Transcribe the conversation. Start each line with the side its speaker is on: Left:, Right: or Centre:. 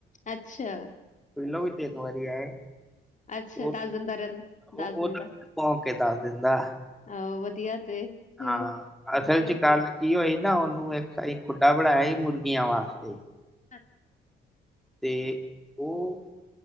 Left: ਅੱਛਾ
Centre: ਪਹਿਲੋਂ ਵੀ ਤਿੰਨ ਵਾਰੀ ਆਏ।
Left: ਅੱਛਾ
Centre: ਉਹ,
Left: ਦੱਸ ਦਿੰਦਾ ਰਹਿੰ
Centre: ਉਹ
Left: ਦੱਸ ਦਿੰਦਾ
Centre: ਭੋਂਕ ਕੇ ਦੱਸ ਦਿੰਦਾ।
Left: ਆਹੋ ਵਧੀਆ ਤੇ। ਹੂੰ।
Centre: ਹਾਂ
Left: ਚੰਗਾ
Centre: ਅਸਲ ਚ ਗੱਲ ਕੀ ਹੋਈ ਨਾ ਉਹਨੂੰ ਇੱਕ ਖੁੱਡਾ ਬਣਾਇਆ ਸੀ ਮੁਰਗੀਆਂ ਵਾਸਤੇ।
Left: ਅੱ
Centre: ਅਤੇ ਉਹ